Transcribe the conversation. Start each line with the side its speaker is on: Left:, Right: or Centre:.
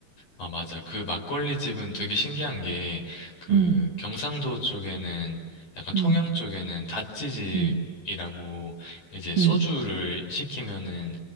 Left: 아, 맞아. 그 막걸리 집은 되게 신기한 게, 그
Right: 음,
Left: 경상도 쪽에는, 약간 통영
Right: 음,
Left: 쪽에는 다찌집이라고,
Right: 음,
Left: 이제 소주를
Right: 음,
Left: 시키면은,